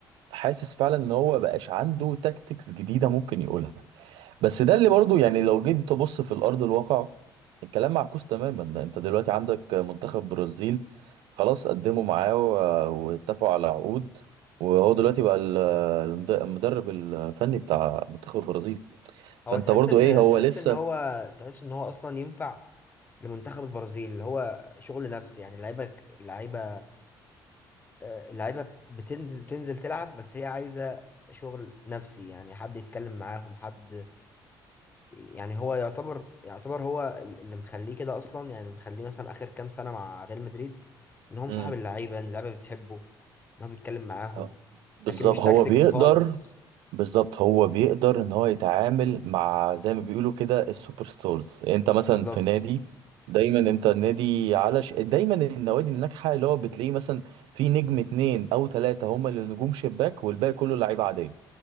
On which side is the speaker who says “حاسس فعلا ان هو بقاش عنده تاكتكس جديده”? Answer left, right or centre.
Right